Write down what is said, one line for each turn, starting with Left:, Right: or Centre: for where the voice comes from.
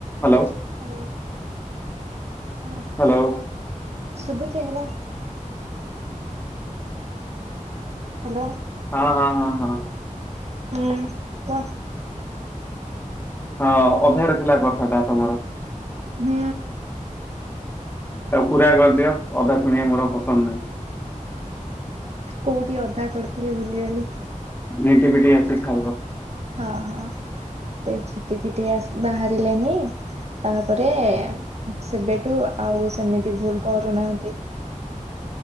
Left: Hello.
Right: Hello ହଁ।
Left: Hello.
Right: ସୁୁବୁଚି hello. Hello.
Left: ହଁ ହଁ ହଁ ହଁ।
Right: ହୁଁ କଁ।
Left: ହଁ ଅଧାରେ ଥିଲା କଥାଟା ତୋମର।
Right: ହୁଁ।
Left: ତାକୁ ପୁରା କରିଦିଅ ଅଧା ଶୁଣିବା ମୋର ପସନ୍ଦ ନାହିଁ।
Right: କୋଉଠି ଅଧା କରିଥିଲି ଭୁଲିଗଲି।
Left: <unintelligible> ଅଛି ସାଙ୍ଗ
Right: ହଁ ହଁ ସେଇ ଝିଟି ପିଟି ଆସ ବାହାରିଲାନି ତାପରେ ସେବେଠୁ ଆଉ ସେମିତି ଭୁଲ କରୁନାହାନ୍ତି।